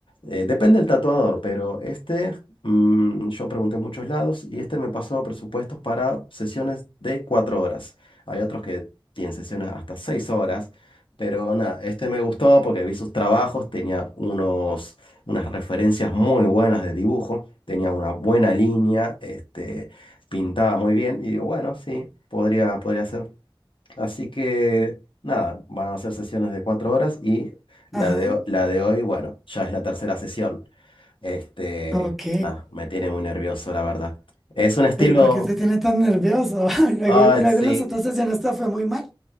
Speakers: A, on the left; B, in the centre.
A: eh, depende del tatuador, pero este, mm, yo pregunté en muchos lados y este me pasó presupuestos para sesiones de cuatro horas. Hay otros que tienen sesiones hasta seis horas. Pero nada, este me gustó porque vi sus trabajos, tenía unos, unas referencias muy buenas de dibujo, tenía una buena línea, este, pintaba muy bien y digo, bueno, sí, podría, podría ser. Así que nada, van a ser sesiones de cuatro horas y la
B: Ajá,
A: de, la de hoy, bueno, ya es la tercera sesión. Este,
B: ok.
A: nada, me tiene muy nervioso, la verdad. Es un estilo...
B: Pero ¿y por qué te tiene tan nervioso? <laughs> Luego,
A: Ah,
B: luego
A: sí.
B: las otras sesiones te fue muy mal.